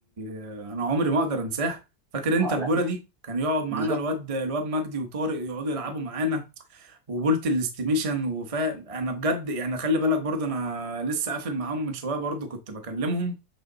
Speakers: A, on the right; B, on the right.
A: آه، انا عمري ما اقدر انساها فاكر انت
B: آه،
A: البوله
B: لا
A: دي كان يقعد معانا
B: بالظبط
A: الواد الواد مجدي وطارق يقعدوا يلعبوا معانا وبولة الاستيميشن وفا انا بجد يعني خلي بالك برضه انا لسه قافل معاهم من شويه برضه كنت بكلمهم